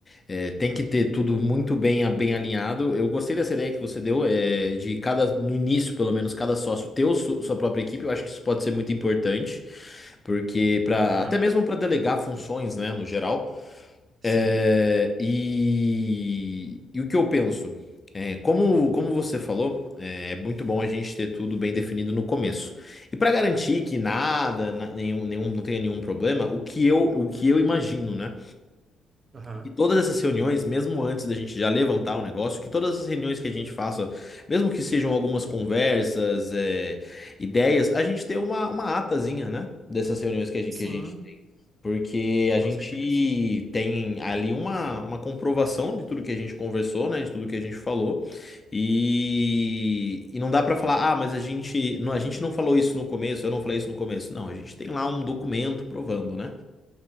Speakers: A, on the left; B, on the right.
A: é, tem que ter tudo muito bem, bem alinhado. Eu gostei dessa ideia que você deu, é, de cada, no início, pelo menos, cada sócio ter o su- sua própria equipe. Eu acho que isso pode ser muito importante, porque para
B: Aham,
A: até mesmo para delegar funções, né, no geral.
B: Sim.
A: É, e, e o que eu penso? É, como, como você falou, é é muito bom a gente ter tudo bem definido no começo. E para garantir que nada, na- nenhum, nenhum, não tenha nenhum problema, o que eu, o que eu imagino, né?
B: Aham,
A: que todas essas reuniões, mesmo antes da gente já levantar o negócio, que todas essas reuniões que a gente faça, mesmo que sejam algumas conversas, é, ideias, a gente tem uma, uma atazinha, né? Dessas reuniões que a gente, que
B: Sim,
A: a gente tem. Porque a
B: com
A: gente
B: certeza.
A: tem ali uma, uma comprovação de tudo que a gente conversou, né? De tudo que a gente falou. E, e não dá pra falar, ah, mas a gente não, a gente não falou isso no começo, eu não falei isso no começo. Não, a gente tem lá um documento provando, né?